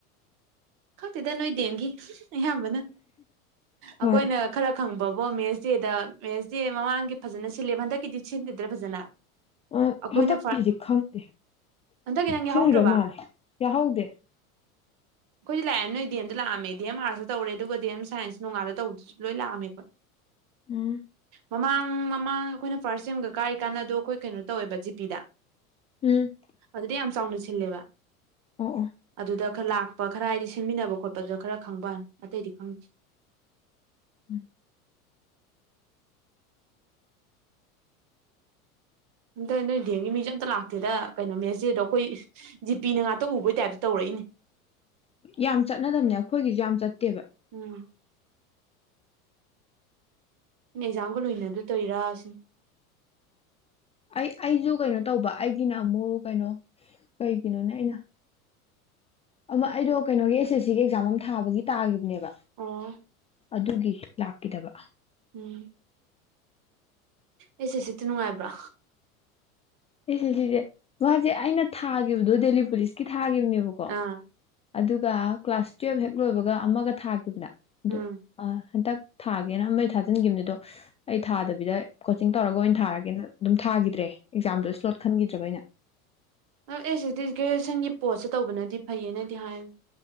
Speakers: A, on the right; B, on the left.
A: ꯈꯛꯇꯦꯗ ꯅꯣꯏ ꯗꯦꯟꯒꯤ ꯑꯌꯥꯝꯕꯅ
B: ꯍꯣꯏ
A: ꯑꯈꯣꯏꯅ ꯈꯔ ꯈꯪꯕꯕꯣ ꯃꯦꯁ ꯗꯦꯗ ꯃꯦꯁ ꯗꯦ ꯃꯃꯥꯡꯒꯤ ꯐꯖꯅ ꯁꯤꯜꯂꯦꯕ ꯍꯟꯗꯛꯀꯤꯗꯤ ꯁꯤꯟꯗ꯭ꯔꯥꯗ ꯐꯖꯅ
B: ꯑ
A: ꯑꯩꯈꯣꯏꯅ
B: ꯍꯟꯗꯛꯀꯤꯖꯦ ꯈꯪꯗꯦ
A: ꯍꯟꯗꯛꯀꯤ ꯅꯪ
B: ꯁꯤꯟꯒꯗꯕ
A: ꯌꯥꯎꯍꯧꯗ꯭ꯔꯕ
B: ꯃꯥꯜꯂꯦ ꯌꯥꯍꯧꯗꯦ
A: ꯈꯣꯏꯗꯤ ꯂꯥꯛꯑꯦ ꯅꯣꯏ ꯗꯤ ꯑꯝ ꯗ ꯂꯑꯝꯃꯦ ꯗꯤ ꯑꯝ ꯑꯥꯔꯁꯇ ꯇꯧꯔꯦ ꯑꯗꯨꯒ ꯗꯤ ꯑꯦꯝ ꯁꯥꯟꯁ ꯅꯣꯉꯥꯜꯂ ꯇꯧꯕꯗꯨꯖꯨ ꯂꯣꯏ ꯂꯥꯑꯝꯃꯦ ꯈꯣꯏ
B: ꯍꯨꯝ
A: ꯃꯃꯥꯡ ꯃꯃꯥꯡ ꯑꯩꯈꯣꯏꯅ ꯐꯥꯔꯁ ꯁꯦꯝꯒ ꯀꯥꯔꯤꯀꯥꯟꯗ ꯑꯗꯣ ꯑꯩꯈꯣꯏ ꯀꯩꯅꯣ ꯇꯧꯋꯦꯕ ꯖꯤꯄꯤꯗ
B: ꯎꯝ
A: ꯑꯗꯨꯗꯤ ꯌꯥꯝ ꯆꯥꯎꯅ ꯁꯤꯜꯂꯦꯕ
B: ꯑꯣ ꯑꯣ
A: ꯑꯗꯨꯗ ꯈꯥ ꯂꯥꯛ ꯄ ꯈꯔ ꯍꯥꯏꯗꯤ ꯁꯤꯟꯃꯤꯟꯅꯕ ꯈꯣꯠꯄꯗ ꯈꯔ ꯈꯪꯕ꯭ꯋꯥꯅꯤ ꯑꯇꯩꯗꯤ ꯈꯪꯗꯦ
B: <inaudible>
A: ꯑꯟꯇ ꯅꯣꯏ ꯗꯦꯡꯒꯤ ꯃꯤꯖꯦ ꯑꯝꯇ ꯂꯥꯛꯇꯦꯗ ꯀꯩꯅꯣ ꯃꯦꯁꯗꯦꯗ ꯑꯩꯈꯣꯏ ꯖꯤ ꯄꯤ ꯅ ꯉꯥꯛꯇ ꯎꯕꯩ ꯇꯥꯏꯞꯇ ꯇꯧꯔꯛꯏꯅꯦ
B: ꯌꯥꯝ ꯆꯠꯅꯗꯕꯅꯦ ꯑꯈꯣꯏꯒꯤꯖꯨ ꯌꯥꯝ ꯆꯠꯇꯦꯕ
A: ꯎꯝ ꯑꯦꯛꯖꯥꯝꯒ ꯂꯣꯏꯅꯗꯣꯏ ꯇꯣꯏꯔ ꯁꯤ
B: ꯑꯩ ꯑꯩꯖꯨ ꯀꯩꯅꯣ ꯇꯧꯕ ꯑꯩꯒꯤꯅ ꯑꯃꯨꯛ ꯀꯩꯅꯣ ꯀꯩꯒꯤꯅꯣꯅꯦ ꯑꯩꯅ ꯑꯃꯥ ꯑꯩꯗꯣ ꯀꯩꯅꯣꯒꯤ ꯑꯦꯁ ꯑꯦꯁ ꯁꯤꯒꯤ ꯑꯦꯛꯖꯥꯝ ꯑꯃꯥ ꯊꯥꯕꯒꯤ ꯇꯥꯒꯤꯕꯅꯦꯕ
A: ꯑꯣ
B: ꯑꯗꯨꯒꯤ ꯂꯥꯛꯀꯤꯗꯕ
A: ꯎꯝ ꯑꯦꯁ ꯑꯦꯁ ꯁꯤ ꯗꯣ ꯅꯨꯡꯉꯥꯏꯕ꯭ꯔꯥ
B: ꯑꯦꯁ ꯑꯦꯁ ꯁꯤꯖꯦ ꯃꯥꯖꯦ ꯑꯩꯅ ꯊꯥꯒꯤꯕꯗꯣ ꯗꯦꯜꯂꯤ ꯄꯨꯂꯤꯁꯀꯤ ꯊꯥꯒꯤꯕꯅꯦꯕꯀꯣ
A: ꯑꯥ
B: ꯑꯗꯨꯒ ꯀ꯭ꯂꯥꯁ ꯇꯨꯋꯦꯜꯕ ꯍꯦꯛ ꯂꯣꯏꯕꯒ ꯑꯃꯒ ꯊꯥꯒꯤꯗꯅ ꯑꯗꯨ
A: ꯎꯝ
B: ꯑ ꯍꯟꯗꯛ ꯊꯥꯒꯦꯅ ꯑꯃꯗꯤ ꯊꯥꯖꯤꯟꯒꯤꯕꯅꯦ ꯑꯗꯣ ꯑꯩ ꯊꯥꯗꯕꯤꯗ ꯀꯣꯆꯤꯡ ꯇꯧꯔꯒ ꯑꯣꯏꯅ ꯊꯥꯔꯒꯦꯅ ꯑꯗꯨꯝ ꯊꯥꯒꯤꯗ꯭ꯔꯦ ꯑꯦꯛꯖꯥꯝꯗꯣ ꯏꯁ꯭ꯂꯣꯠ ꯈꯟꯒꯤꯗ꯭ꯔꯕ ꯑꯩꯅ
A: ꯑ ꯑꯦꯁ ꯁꯤ ꯗꯤ ꯒꯦꯖꯦꯁꯟꯒꯤ ꯄꯣꯠꯁꯨ ꯇꯧꯕꯅꯗꯤ ꯐꯩꯌꯦꯅꯗꯤ ꯍꯥꯏꯕꯅꯤ